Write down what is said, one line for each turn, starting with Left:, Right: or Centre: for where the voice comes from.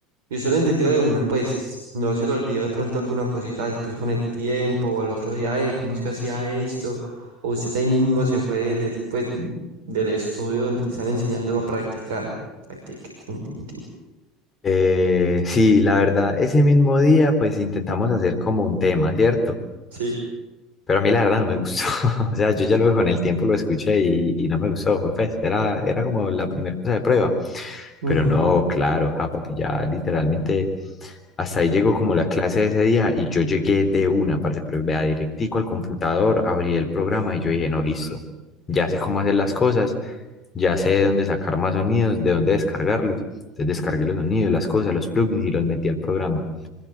Right: y usted lo entendió de una, pues no se le olvidó de pronto alguna cosita después con el tiempo o al otro día, eh, ¿cómo es que hacía esto? O usted ahí mismo se fue del, es- pues, del estudio donde le están enseñando a practicar. Practique, tin, tin, tin.
Left: Eh, sí, la verdad, ese mismo día pues intentamos hacer como un tema, ¿cierto?
Right: Sí.
Left: Pero a mí la verdad no me gustó. <laughs> O sea, yo ya luego con el tiempo lo escuché y, y no me gustó. Fue, Pues era, era como la primera cosa de prueba. Pero
Right: Ujú,
Left: no, claro, ja, papi, ya literalmente hasta ahí llegó como la clase de ese día y yo llegué de una parte, pero vea, directico al computador, abrí el programa y yo dije, no, listo, ya sé cómo hacer las cosas, ya sé de dónde sacar más sonidos, de dónde descargarlos. Entonces descargué los sonidos, las cosas, los plugins y los metí al programa.